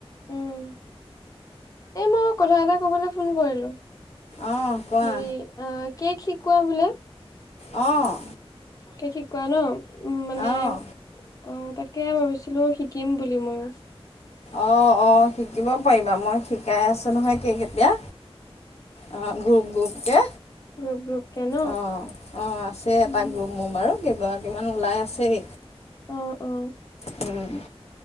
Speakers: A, on the left (about 35°); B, on the left (about 80°).
A: উম এ মই কথা এটা কবলৈ ফোন কৰিলো।
B: অঁ কোৱা
A: হেৰি অ কেক শিকোৱা বোলে।
B: অ।
A: কেক শিকোৱা ন মানে
B: অঁ
A: অ তাকে। তাকে ভাবিছিলো শিকিম বুলি মই।
B: অ অ শিকিব পাৰিবা মই শিকাই আছো নহয় কেক এতিয়া। অ গ্ৰুপ গ্ৰুপ কে
A: গ্ৰুপ গ্ৰুপকে ন?
B: অ অ আছে এটা
A: উম,
B: গ্ৰুপ মোৰ বাৰু কেইগৰাকী কিমান ওলাই আছেই
A: অ অ
B: উম,